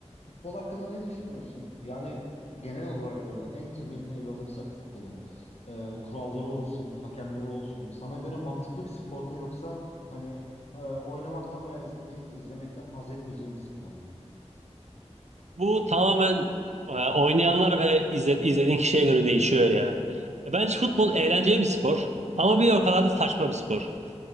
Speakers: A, on the left; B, on the right.
A: Futbol hakkında ne düşünüyorsun? Yani genel olarak böyle en temelini ele alırsak futbolun e, kuralları olsun, hakemleri olsun. Sana göre mantıklı bir spor mu yoksa hani e, oynamaktan veya izlemeyi izlemekten haz etmeyeceğim bir spor mu?
B: Bu tamamen e, oynayanlar ve izle- izlediğin kişiye göre değişiyor ya. E, Bence futbol eğlenceli bir spor ama bir o kadar da saçma bir spor.